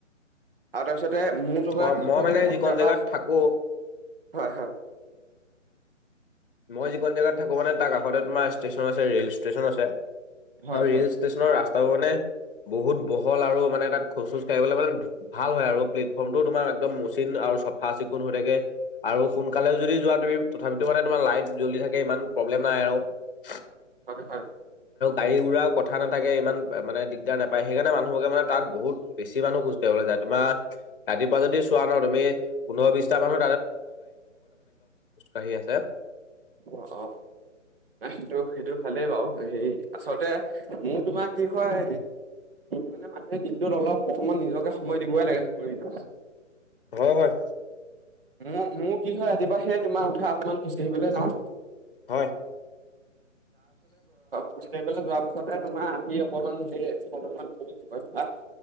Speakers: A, on the right (about 45°); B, on the left (about 45°).
A: আৰু তাৰপিছতে মোৰ তোৰা
B: অ
A: কি হয় মানে মই
B: যিকণ
A: ববাহ
B: জেগাত থাকো
A: হয়, হয়।
B: মই যিকখন জেগাত থাকো মানে তাৰ কাষতে তোমাৰ ষ্টেচন আছে ৰে'ল ষ্টেচন আছে।
A: হয়
B: আৰু
A: হয়
B: ৰে'ল ষ্টেচনৰ ৰাস্তাও মানে বহুত বহল আৰু মানে তাত খচুচুজ কৰিবলৈ মানে ভাল হয় আৰু প্লেটফৰ্মটো তোমাৰ একদম মচিন আৰু চফা চিকুণ হৈ থাকে আৰু সোনকালে যদি যোৱা তুমি তথাপিতোমাৰ তোমাৰ লাইট জ্বলি থাকে ইমান প্ৰব্লেম নাই আৰু
A: হয়, হয়।
B: হ়ি উুৰা কথা নথাকে ইমান মানে দিগদাৰ নাপায় সেইকাৰণে মানুহোকে মানে তাত বহুত বেছি মানুহ খোজ কঢ়িবলৈ যায় তোমাৰ ৰাতিপুৱা যদি চোৱা ন তুমি পোন্ধৰ বিশটা মানুহ তাতে
A: অ, 'অ। সেইটো সেইটো ভালেই বাৰু হেই আচলতে মোৰ তোমাৰ কি হয়। মানে মাহে দিনটোত অলপ প্ৰথমতে নিজকে সময় দিবই লাগে শৰটো।
B: হয়, হয়।
A: মোৰ মোৰ কি হয় ৰাতিপা সেই তোমাৰ উঠা অকমান খোজকাঢ়িবলৈ যাওঁ।
B: হয়
A: খোাজ পেলাই যোৱাৰ পিছতে তোমাৰ আহি অকমান দে অকমানা ইউগা